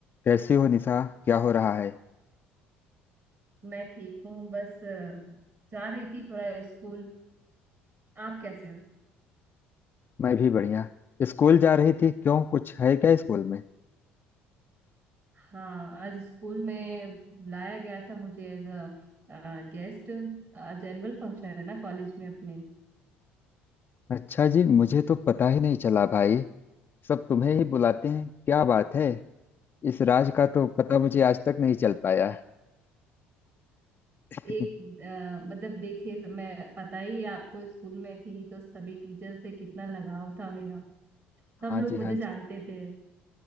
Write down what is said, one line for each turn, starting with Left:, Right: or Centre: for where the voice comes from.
Left: कैसी हो निशा क्या हो रहा है
Right: मैं ठीक हूँ बस अ, जा रही थी थोड़ा स्कूल आप कैसे हो
Left: मैं भी बढ़िया स्कूल जा रही थी क्यों कुछ है क्या स्कूल में
Right: हाँ आज स्कूल में लाया गया था मुझे एज अ गेस्ट आज एनुअल फंक्शन है ना कॉलेज में अपने
Left: अच्छा जी मुझे तो पता ही नहीं चला भाई सब तुम्हें ही बुलाते हैं क्या बात है इस राज का तो पता मुझे आज तक नहीं चल पाया <laughs>
Right: एक अ, मतलब देखिए मैं पता ही है आपको स्कूल में थी तो सभी टीचर से कितना लगाव था मेरा सब
Left: हाँ
Right: लोग
Left: जी हाँ
Right: मुझे
Left: जी
Right: जानते थे